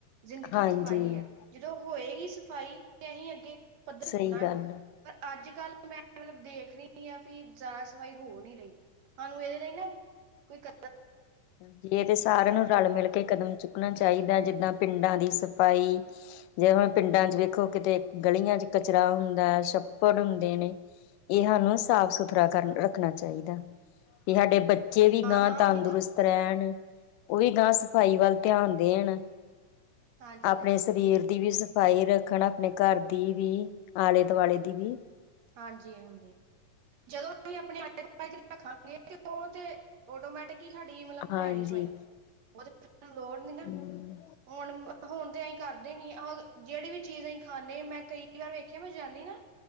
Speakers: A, on the right; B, on the left.
A: ਜ਼ਿੰਦਗੀ
B: ਹਾਂਜੀ
A: ਦੀ ਸਫ਼ਾਈ ਹੈ ਜਦੋਂ ਹੋਏਗੀ ਸਫ਼ਾਈ ਤੇ ਅਸੀਂ ਅੱਗੇ <unintelligible>
B: ਸਹੀ ਗੱਲ ਆ
A: ਮਤਲਬ ਦੇਖ ਰਹੀ ਆ ਵੀ ਜ਼ਿਆਦਾ ਸਫ਼ਾਈ ਹੋ ਨੀ ਰਹੀ ਸਾਨੂੰ ਇਹਦੇ ਲਈ ਨਾ ਕੋਈ ਕ
B: ਹਾਂਜੀ ਇਹ ਤੇ ਸਾਰਿਆਂ ਨੂੰ ਰਲ ਮਿਲ ਕੇ ਕਦਮ ਚੁੱਕਣਾ ਚਾਹੀਦਾ ਜਿੱਦਾਂ ਪਿੰਡਾਂ ਦੀ ਸਫ਼ਾਈ ਜੇ ਹੁਣ ਪਿੰਡਾਂ ਚ ਵੇਖੋ ਕਿਤੇ ਗਲੀਆਂ ਚ ਕਚਰਾ ਹੁੰਦਾ ਹੈ ਛੱਪੜ ਹੁੰਦੇ ਨੇ ਇਹ ਸਾਨੂੰ ਸਾਫ ਸੁਥਰਾ ਕਰ ਰੱਖਣਾ ਚਾਹੀਦਾ ਤੇ ਸਾਡੇ ਬ ਜੇ ਵੀ
A: ਹਾਂ
B: ਗਾਂ
A: ਹਾਂ
B: ਤੰਦਰੁਸਤ
A: ਉਹੀ ਨਾ
B: ਰਹਿਣ ਉਹ ਵੀ ਗਾਂ ਸਫ਼ਾਈ ਵੱਲ ਧਿਆਨ ਦੇਣ
A: ਹਾਂਜੀ
B: ਆਪਣੇ
A: ਹਾਂਜੀ
B: ਸਰੀਰ ਦੀ ਵੀ ਸਫਾਈ ਰੱਖਣ ਆਪਣੇ ਘਰ ਦੀ ਵੀ ਆਲੇ ਦੁਆਲੇ ਦੀ ਵੀ
A: ਹਾਂਜੀ-ਹਾਂਜੀ ਜਦੋਂ ਅਸੀਂ ਆਪਣੇ ਆ ਦੁਆ ਰੱਖਾਂਗੇ ਤੇ ਉਹ ਤੇ ਆਟੋਮੈਟਿਕ ਕੀ ਸਾਡੀ ਮਤਲਬ ਹੋਇਆ
B: ਹਾਂਜੀ
A: ਨੀ ਸਵਾਈ ਉਹਦੇ ਲੋੜ ਨੀ
B: ਹਮ
A: ਨਾ ਹੁਣ-ਹੁਣ ਅਸੀਂ ਕਰਦੇ ਨੀ ਉਹ ਜਿਹੜੀ ਵੀ ਚੀਜ਼ ਅਸੀਂ ਖਾਂਦੇ ਮੈਂ ਕਈ ਵਾਰ ਵੇਖਿਆ ਮੈਂ ਜਾਂਦੀ ਨਾ